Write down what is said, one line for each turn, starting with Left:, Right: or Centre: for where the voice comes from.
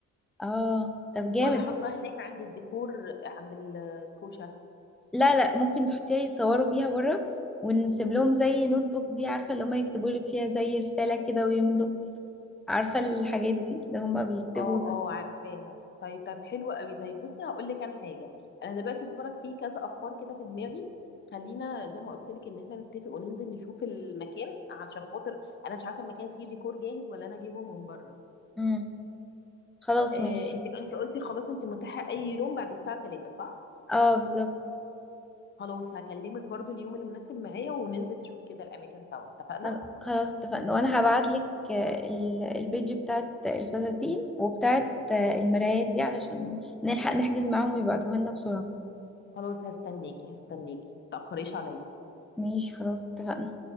Centre: اه طب جامد
Left: ولا احطها هناك عند الديكور عند الكوشه
Centre: لا لا ممكن تحطيها يتصوروا بيها بره ونسيب لهم زي نوت بوك دي عارفة اللي هما يكتبوا لك فيها زي رسالة كده ويمضوا عارفة الحاجات دي اللي هما بيكتبوا
Left: اه
Centre: زي
Left: اه عارفاها طيب طب حلو قوي طيب بصي هقول لك انا حاجه انا دلوقتي برك في كذا افكار كده في دماغي خلينا زي ما قلت لك ان احنا نتفق وننزل نشوف المكان علشان خاطر انا مش عارفه المكان فيه ديكور جاهز ولا انا اجيبه من بره
Centre: امم خلاص
Left: آه
Centre: ماشي
Left: انت انت قلتي خلاص انت متاحه اي يوم بعد الساعه 3 صح
Centre: اه بالظبط
Left: خلاص هكلمك برضو اليوم المناسب معايا وننزل نشوف كده الاماكن سوا اتفقنا
Centre: خل- خلاص اتفقنا وانا هبعتلك آه، ال- البيج بتاعت الفساتين وبتاعت آه، المرايات دي علشان نلحق نحجز معاهم ويبعتوها لنا بسرعة
Left: خلاص هستناكي هستناكي متأخريش عليا
Centre: ماشي خلاص اتفقنا